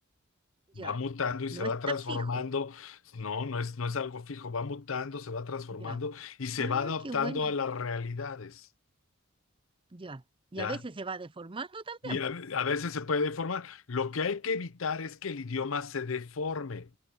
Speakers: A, on the right (about 25°); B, on the left (about 70°).
A: Ya.
B: Va mutando y se
A: No
B: va
A: está
B: transformando.
A: fijo.
B: No, no es, no es algo fijo, va mutando, se va transformando
A: Ya.
B: y se
A: Ah,
B: va adaptando
A: qué bueno.
B: a las realidades,
A: Ya. Y
B: ¿ya?
A: a veces se va deformando también.
B: Y a,
A: po.
B: a veces se puede deformar. Lo que hay que evitar es que el idioma se deforme,